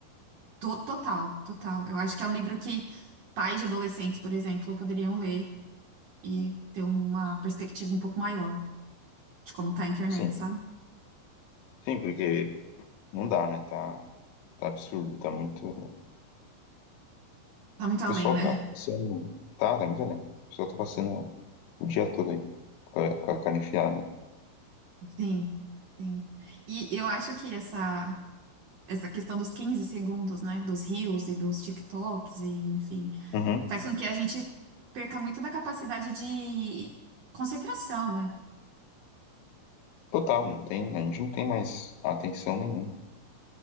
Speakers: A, on the right (about 70°); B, on the left (about 75°).
A: To- Total, total. Eu acho que é um livro que pais de adolescentes, por exemplo, poderiam ler e ter uma perspectiva um pouco maior de como tá a internet,
B: Sim,
A: sabe?
B: sim, porque Não dá, né? Tá, tá absurdo, tá muito. O
A: Tá muito além,
B: pessoal
A: né?
B: tá passando. Tá, tá muito além. O pessoal tá passando o dia todo aí, com a, com a cara enfiada.
A: <laughs> Sim, sim. E eu acho que essa, essa questão dos 15 segundos, né? Dos reels e dos TikToks, e, enfim,
B: Uhum.
A: faz com que a gente perca muito da capacidade de concentração, né?
B: Total, não tem, a gente não tem mais atenção nenhuma.